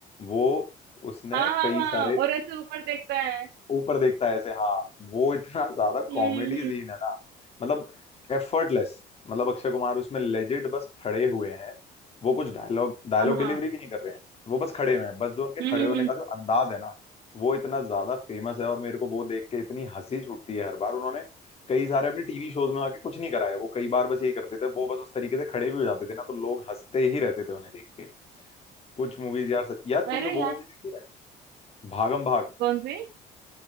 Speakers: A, on the left; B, on the right.
A: वो उसने
B: हाँ हाँ
A: कई
B: हाँ
A: सारे
B: और ऐसे ऊपर देखता है
A: ऊपर देखता है ऐसे हाँ वो इतना <laughs> ज्यादा कॉमेडी
B: हम्म हम्म,
A: सीन है ना मतलब एफर्टलेस मतलब अक्षय कुमार उसमें लेजिट बस खड़े हुए हैं वो कुछ डायलॉग डायलॉग
B: हाँ
A: डिलीवरी
B: हाँ
A: भी नहीं कर रहे हैं वो बस खड़े हुए हैं बस जो उनके
B: हम्म
A: खड़े
B: हम्म
A: होने
B: हम्म।
A: का जो अंदाज है ना वो इतना ज्यादा फेमस है और मेरे को वो देख के इतनी हंसी छूटती है हर बार उन्होंने कई सारे अपने टीवी शोज में आके कुछ नहीं कराया वो कई बार बस यही करते थे वो बस उस तरीके से खड़े भी हो जाते थे ना तो लोग हंसते ही रहते थे उन्हें देख के कुछ मूवीज यार सच यार तुमने
B: अरे
A: वो
B: यार
A: मूवी देखी है भागम भाग
B: कौन सी